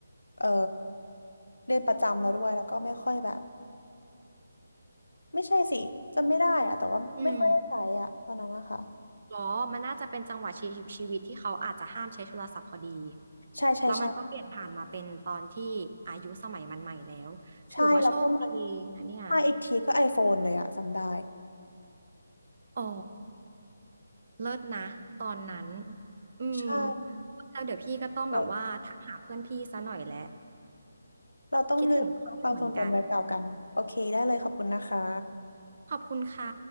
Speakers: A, on the left; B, on the right.
A: เออเรียนประจำแล้วด้วยแล้วก็ไม่ค่อยแบบไม่ใช่สิจำไม่ได้อะแต่ว่าไม่ค่อยได้ใช้อะตอนนั้นนะคะ
B: อืม อ๋อ มันน่าจะเป็นจังหวะชีชีวิตที่เขาอาจจะห้ามใช้โทรศัพท์พอดี
A: ใช่ใช่ใช่
B: แล้วมันก็เปลี่ยนผ่านมาเป็นตอนที่อายุสมัยมันใหม่แล้วถือว่าโชคดี
A: ใช่แล้วก็มา
B: นะเนี่ย
A: มาอีกทีก็ iPhone เลยอะจำได้
B: อ๋อเลิศนะตอนนั้นอืม
A: ใช่
B: แล้วเดี๋ยวพี่ก็ต้องแบบว่าทักหาเพื่อนพี่ซะหน่อยแหละ
A: เว้ยเราต้องลืมความทรงจำไว้เปล่ากันโอเคได้เลยขอบคุณนะคะ
B: คิดถึงเขาอยู่เหมือนกันขอบคุณค่ะ